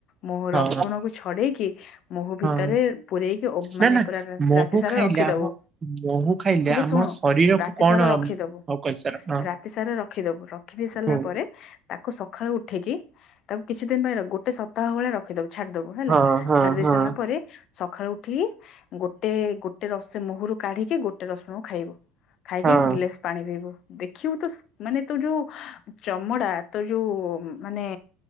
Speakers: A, on the left; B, on the right.
A: ମହ
B: ହଁ
A: ରସୁଣକୁ ଛଡେଇକି ମହୁ ଭିତରେ
B: ହଁ
A: ପୂରେଇକି ମାନେ
B: ନା ନା
A: ପୁରା
B: ମହୁ
A: ରାତି ସାରା
B: ଖାଇଲେ
A: ରଖିଦବୁ।
B: ଆମ ମହୁ ଖାଇଲେ
A: ଟିକେ
B: ଆମ
A: ଶୁଣୁ
B: ଶରୀରକୁ
A: ରାତି
B: କଣ
A: ସାରା ରଖିଦବୁ
B: ହଉ କହିସାର ହଁ
A: ରାତି ସାରା ରଖିଦବୁ ରଖି ସାରିଲା
B: ହୁଁ
A: ପରେ ତାକୁ ସକାଳୁ ଉଠିକି ତାକୁ କିଛି ଦିନ ପାଇଁ ଗୋଟେ ସପ୍ତାହ ଭଳିଆ ରଖିଦବୁ। ଛାଡିଦବୁ ହେଲା
B: ହଁ ହଁ
A: ଛାଡି ଦେଇ
B: ହଁ
A: ସାରିଲା ପରେ ସକାଳୁ ଉଠିକି ଗୋଟେ ଗୋଟେ ରସେ ମହୁରୁ କାଢିକି ଗୋଟେ ରସୁଣକୁ ଖାଇବୁ। ଖାଇକି
B: ହଁ
A: ଗିଲାସ ପାଣି ପିଇବୁ ଦେଖିବୁ ତ ମାନେ ତୁ ଯୋଉ ଚମଡା ତ ଯୋଉ ମାନେ